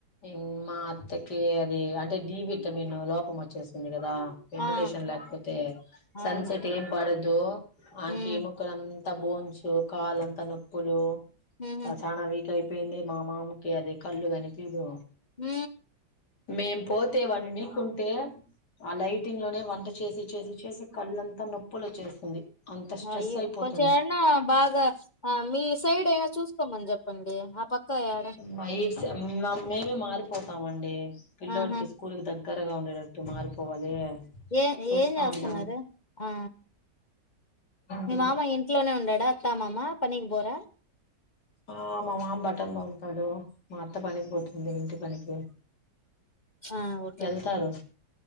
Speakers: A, on the left; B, on the left.
A: ఇ మా అత్తకి అది అంటే డబ న్ లోపం వచ్చేస్తుంది కదా ా వెంటిలేషన్
B: ఆ
A: లేకపోతే సన్
B: అవును
A: సెట్ ఏం పడ దో ఆనికి
B: హ్మ్
A: ఏముక్కరం అంత బోన్సు కాలుంతా నొప్పులు
B: ఉహు
A: ప చానా వకాయి ప్పయింది మా మామికి అది కళ్ళు కాని పీడు
B: హ
A: మేం పోతేవండి మీకుంటే ఆ లైటింగ్ లోనే వంట చేసి చేసి చేసి కళ్ళంతా నొప్పులు వచ్చేస్తుంది అంత స్ట్రెస్
B: అయ్యో
A: అయిపోతుంది
B: కొంచెం ఏరనా బాగా మీ సైడ్ అయినా చూసుకోమని చెప్ప ప్పండి ఆ పక్క క్కయడ
A: మైట్స్ మేమే మారిపోతామండి పిల్లడికి
B: ఆహా
A: స్కూల్ క దగ చక్కరగా ఉండేటట్టు మారిపోవాలి
B: ఏం
A: చూస్తా
B: ఏం చేస్తున్నారు
A: ఉన్నాం
B: ఆ
A: ఏంది
B: మీ మామ ఇంట్లోనే ఉండా స్తమమ్మ ప బరా
A: ఆ మా మామ్ బట్టంగా ఉంటాడు మా అత్త పనికి పోతుంది ఇంటి పనికి
B: ఆ ఓకే
A: వెళ్తారు